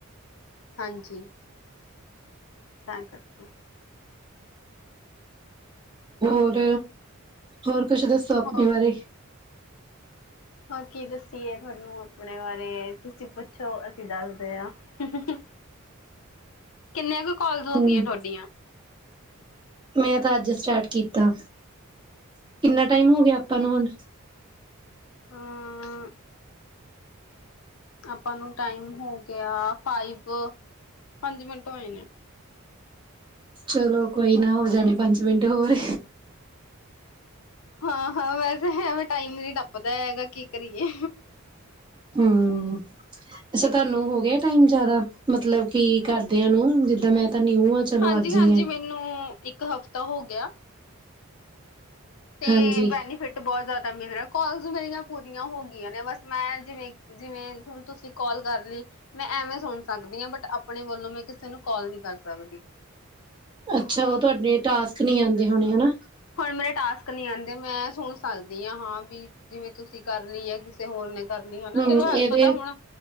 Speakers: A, on the left; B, on the right.
A: ਹਾਂਜੀ ਤਾਂ ਕਰਕੇ।
B: ਹੋਰ ਹੋਰ ਕੁਛ ਦੱਸੋ ਆਪਣੇ
A: ਹੋ
B: ਬਾਰੇ।
A: ਹੋਰ ਕੀ ਦੱਸੀਏ ਤਾਨੂੰ ਆਪਣੇ ਬਾਰੇ ਤੁਸੀਂ ਪੁੱਛੋ ਅਸੀਂ ਦੱਸਦੇ ਹਾਂ-ਹਹੂੰਹੂੰ। ਕਿੰਨੇ ਕੁ ਕੋਲਜ ਹੋ
B: ਹੂੰ
A: ਗਈਆਂ ਤੁਹਾਡੀਆਂ।
B: ਮੈਂ ਤਾਂ ਅੱਜ ਸਟਾਰਟ ਕੀਤਾ। ਕਿੰਨਾ ਟਾਈਮ ਹੋ ਗਿਆ ਆਪਾਂ ਨੂੰ ਹੁਣ?
A: ਅ ਆਪਾਂ ਨੂੰ ਟਾਈਮ ਹੋ ਗਿਆ ।ਫਾਈਵ ਪੰਜ ਮਿੰਟ ਹੋਏ ਨੇ।
B: ਚਲੋ ਕੋਈ ਨਾ ਹੋ ਜਾਣੇ ਪੰਜ ਮਿੰਟ ਹੋਰ।
A: ਹਾਂ -ਹਾਂ ਵੈਸੇ ਹੈ ਮ ਟਾਈਮ ਈ ਨਹੀਂ ਟੱਪਦਾ ਹੈਗਾ ਕੀ ਕਰੀਏ।
B: ਹੂੰਅ-ਅੱਛਾ ਤਾਨੂੰ ਹੋ ਗਿਆ ਟਾਈਮ ਜਿਆਦਾ, ਮਤਲਬ ਕੀ ਕਰਦਿਆਂ ਨੂੰ ।ਜਿੱਦਾਂ ਮੈਂ- ਤਾਂ ਨੀਊ ਆ ਚਲੋ
A: ਹਾਂਜੀ-ਹਾਂਜੀ
B: ਅੱਜ ਈ ਆ।
A: ਮੈਨੂੰ ਇੱਕ ਹਫ਼ਤਾ ਹੋ ਗਿਆ। ਤੇ
B: ਹਾਂਜੀ
A: ਬੈਨੀਫਿਟ ਬਹੁਤ ਜ਼ਾਦ- ਮਿਲ ਰਿਹਾ। ਕਾਲਸ ਮੇਰੀਆਂ ਪੂਰੀਆਂ ਹੋ ਗਈਆਂ ਨੇ। ਬਸ ਮੈਂ, ਜਿਵੇਂ-ਜਿਵੇਂ ਹੁ ਤੁਸੀਂ ਕਾਲ ਕਰ ਲਈ, ਮੈਂ ਐਵੇਂ ਸੁਣ ਸਕਦੀ ਹਾਂ ਬਟ ਆਪਣੇ ਵੱਲੋਂ ਮੈਂ ਕਿਸੇ ਨੂੰ ਕਾਲ ਨੀ ਕਰ ਸਕਦੀ।
B: ਅੱਛਾ, ਉਹ ਤੁਹਾਡੇ ਟਾਸਕ ਨਹੀਂ ਆਉਂਦੇ ਹੋਣੇ ਨਾ?
A: ਹੁਣ ਮੇਰੇ ਟਾਸਕ ਨਹੀਂ ਆਂਦੇ। ਮੈਂ ਸੁਣ ਸਕਦੀ ਹਾਂ। ਹਾਂ ਵੀ, ਜਿਵੇਂ ਤੁਸੀਂ ਕਰ ਲਈ ਆ, ਕਿਸੇ ਹੋਰ ਨੇ ਕਰਨੀ ਹਨਾ।
B: ਹੂੰ
A: ਚਲੋ, ਹੈਲਪ
B: ਇਹਦੇ
A: ਤਾਂ ਹੁਣ